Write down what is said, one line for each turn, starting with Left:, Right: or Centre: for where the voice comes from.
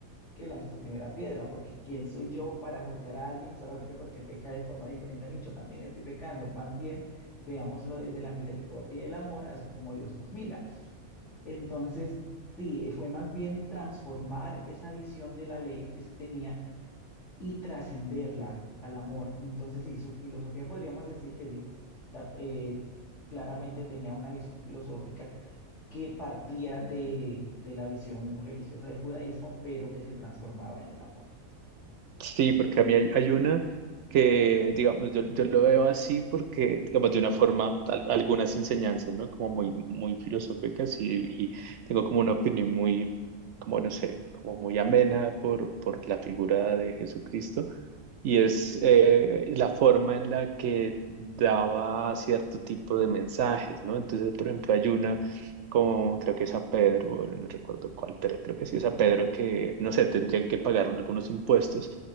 Left: que lance su primera piedra, porque ¿quién soy yo para juzgar a alguien solamente porque peca de forma diferente a mí? Yo también estoy pecando, más bien veámoslo desde la misericordia y el amor, así como Dios nos mira. Entonces, sí, fue más bien transformar esa visión de la ley que se tenía y trascenderla al amor. Entonces, sí, su filosofía podríamos decir que sí, la- eh, claramente tenía una visión filosófica que partía de, de la visión religiosa del judaísmo, pero que se transformaba en el amor.
Right: Sí, porque a mí hay, hay una que, digamos, yo, yo lo veo así porque, digamos, de una forma, al- algunas enseñanzas, ¿no? Como muy, muy filosóficas y, y tengo como una opinión muy, como no sé, como muy amena por, por la figura de Jesucristo. Y es eh, la forma en la que daba cierto tipo de mensajes, ¿no? Entonces, por ejemplo, hay una como creo que es a Pedro, bueno, no recuerdo cuál, pero creo que sí es a Pedro que, no sé, tendrían que pagar un- algunos impuestos.